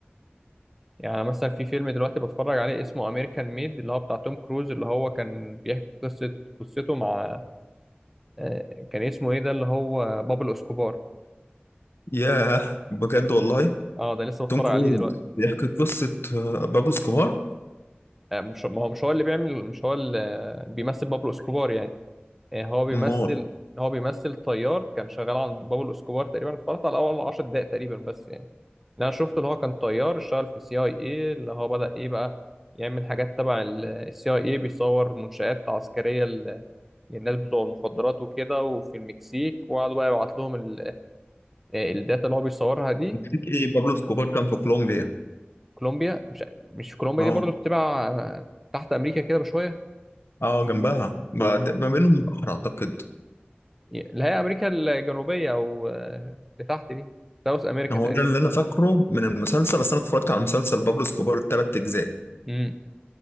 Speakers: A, in the centre; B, on the left.
A: يعني مثلا في فيلم دلوقتي بتفرج عليه اسمه أمريكان ميد اللي هو بتاع توم كروز اللي هو كان بيحكي قصة قصته مع آه، كان اسمه ايه ده اللي هو بابلو اسكوبار
B: ياه بجد والله
A: اه ده لسه بتفرج
B: توم كروز
A: عليه دلوقتي
B: بيحكي قصه آه، بابلو سكوبار
A: آه، مش ما هو مش هو اللي بيعمل مش هو اللي بيمثل بابلو اسكوبار يعني آه، هو بيمثل
B: مار
A: هو بيمثل طيار كان شغال عند بابلو اسكوبار تقريبا اتفرجت على اول 10 دقائق تقريبا بس يعني اللي انا شفته اللي هو كان طيار اشتغل في سي اي اي اللي هو بدأ ايه بقى يعمل حاجات تبع السي اي اي بيصور منشآت عسكرية ل- للناس بتوع المخدرات وكده وفي المكسيك وقعدوا بقى يبعت لهم ال- آه، الداتا اللي هو بيصورها دي
B: يكفيك ايه بابلو سكوبار كان في كولومبيا
A: وكولومبيا مش مش كولومبيا
B: اه
A: دي برضو تبع آه، تحت امريكا كده بشوية
B: اه جنبها بعد ما بينهم بحر اعتقد
A: اللي هي امريكا الجنوبيه او آه، اللي تحت دي ساوث امريكا
B: هو
A: تقريبا
B: ده اللي انا فاكره من المسلسل بس انا اتفرجت على مسلسل بابلو سكوبار الثلاث اجزاء
A: امم